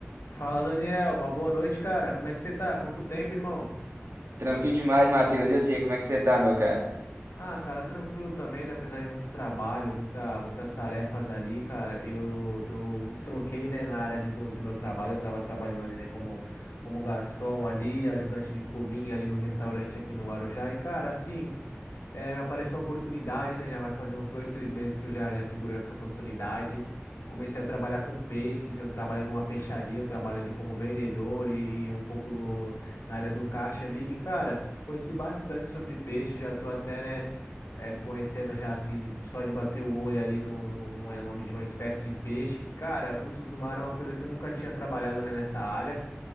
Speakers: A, on the left; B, on the right.
A: Fala, Daniel. Uma boa noite, cara. Como é que você tá? Quanto tempo, irmão?
B: Tranquilo demais, Matheus. Eu sei como é que você tá, meu cara.
A: Ah, cara, tranquilo também, né? Apesar de muito trabalho, muita, muitas tarefas ali, cara. Eu, eu troquei, né, na área ali do, do meu trabalho. Eu tava trabalhando ali, né, como, como garçom ali, ajudante de cozinha ali no restaurante aqui no Guarujá. E, cara, assim. É, me apareceu uma oportunidade, né? Já vai fazer uns dois, três meses que eu já, já segurei essa oportunidade e comecei a trabalhar com peixes. Eu trabalho numa peixaria, eu trabalho ali como vendedor e, e um pouco no, na área do caixa ali. E, cara, conheci bastante sobre peixe, já tô até, né, é, conhecendo já, assim, de- só de bater o olho ali no, no, no é, nome de uma espécie de peixe. Cara, frutos do mar é uma coisa que eu nunca tinha trabalhado, né, nessa área.